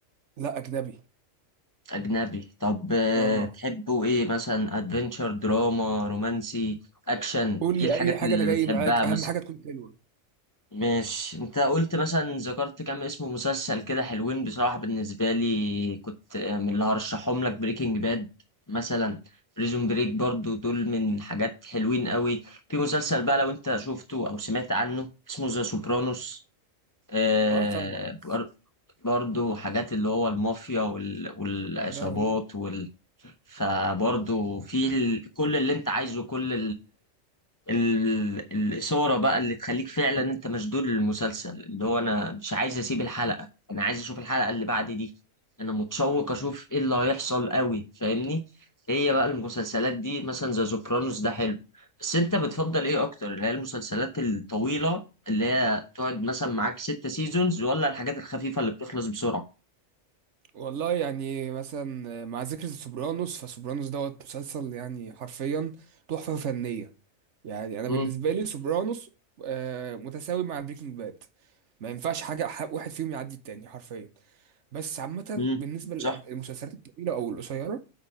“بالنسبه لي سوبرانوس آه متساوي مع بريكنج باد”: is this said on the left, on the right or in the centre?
Right